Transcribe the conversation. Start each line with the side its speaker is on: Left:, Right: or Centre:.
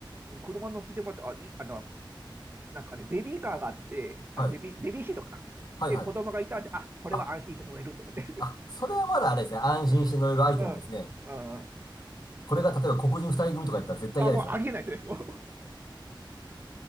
Right: うん車に乗せてもらって、あ、いい、あの、なんですかね、ベビーカーがあって、
Left: はい。
Right: あのベビー、ベビーシートかな。
Left: はいはい。
Right: で、子供がいたんで、あ、これは安心して乗れると思って。
Left: あ、あ、それはまだあれですね。安心して乗れるアイテムですね。
Right: <laughs> うん、うん。うん
Left: これが例えば黒人二人組とかやったら絶対嫌ですよね。
Right: あ、もうありえないですね。も